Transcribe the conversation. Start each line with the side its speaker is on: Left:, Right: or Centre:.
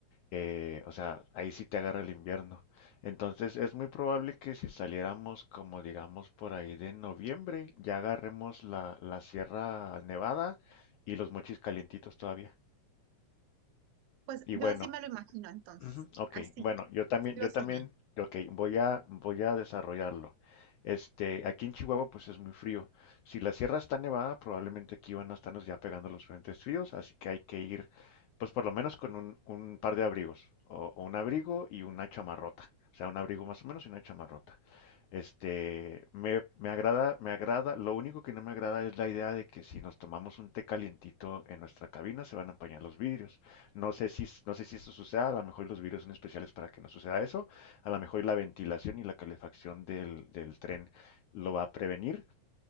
Left: Eh, o sea, ahí sí te agarra el invierno. Entonces, es muy probable que si saliéramos como digamos por ahí de noviembre, ya agarremos la, la Sierra Nevada y los Mochis calientitos todavía.
Right: Pues
Left: Y
Right: yo
Left: bueno,
Right: así me lo imagino entonces,
Left: Ujú, Ok,
Right: así,
Left: bueno, yo también,
Right: lo
Left: yo
Right: soñé.
Left: también, ok, voy a, voy a desarrollarlo. Este, aquí en Chihuahua pues es muy frío. Si la sierra está nevada, probablemente aquí van a estarnos ya pegando los frentes fríos, así que hay que ir pues por lo menos con un, un par de abrigos, o, o un abrigo y una chamarrota, o sea, un abrigo más o menos y una chamarrota. Este, me, me agrada, me agrada, lo único que no me agrada es la idea de que si nos tomamos un té calientito en nuestra cabina se van a empañar los vidrios. No sé si, no sé si eso suceda, a lo mejor los virus son especiales para que no suceda eso, a lo mejor la ventilación y la calefacción del, del tren lo va a prevenir,